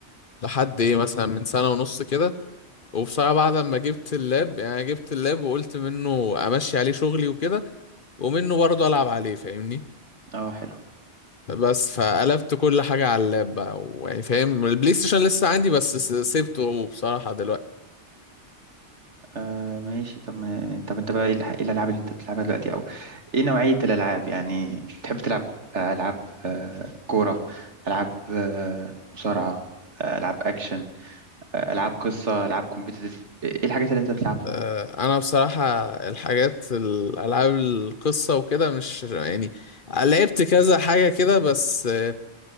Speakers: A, on the left (about 50°); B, on the right (about 80°).
A: لحد ايه مثلا من سنة ونص كده وبصراحة بعد ما جبت اللاب يعني أنا جبت اللاب وقلت منه امشي عليه شغلي وكده ومنه برضه العب عليه فاهمني
B: اه حلو
A: بس فقلبت كل حاجة على اللاب بقى ويعني فاهم البلاي ستيشن لسه عندي بس س- سيبته بصراحة دلوقتي
B: آه ماشي طب ما- طب انت بقى ايه الح- إيه الالعاب اللي انت بتلعبها دلوقتي او ايه نوعية الالعاب يعني تحب تلعب آه، العاب آه، كورة العاب آه، مصارعة آه، العاب اكشن آه، العاب قصة العاب كومبيتيتيف ايه الحاجات اللي انت بتلعبها
A: آه، انا بصراحة الحاجات الالعاب القصة وكده مش يعني لعبت كذا حاجة كده بس آه،